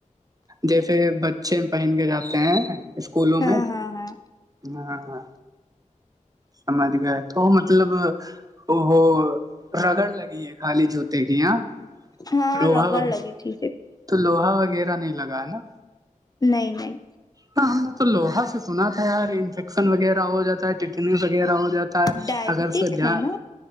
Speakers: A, on the right (about 25°); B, on the left (about 30°).
A: جیسے بچے پہن کے جاتے ہیں اسکولوں
B: ہاں
A: میں
B: ہاں ہاں
A: ہاں ہاں سمج گا تو وہ مطلب وہ رگڑ لگی ہے خالی جوتے کی یہاں
B: ہاں
A: لوہا
B: رگڑ
A: وغیرہ
B: لگی تھی
A: تو لوہا وغیرہ نہیں لگا ہے نا
B: نہیں نہیں
A: ہاں ہم نے تو لوہا سے سنا تھا یار انفیکشن وغیرہ ہو جاتا ہے ٹنیز وغیرہ ہو جاتا ہے
B: ڈائبٹک
A: اگر دان
B: ہے نا